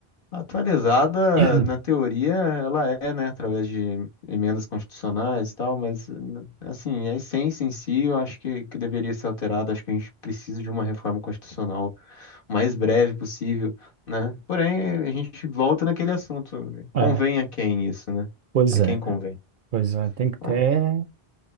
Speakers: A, on the left; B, on the right.
A: atualizada
B: <clears throat>
A: na teoria ela é, né, através de emendas constitucionais e tal, mas n- assim, a essência em si eu acho que, que deveria ser alterada, acho que a gente precisa de uma reforma constitucional o mais breve possível, né? Porém, a gente volta naquele assunto. Convém
B: É,
A: a quem isso, né?
B: pois
A: A quem
B: é, cara.
A: convém?
B: Pois é, tem que
A: Bom,
B: ter.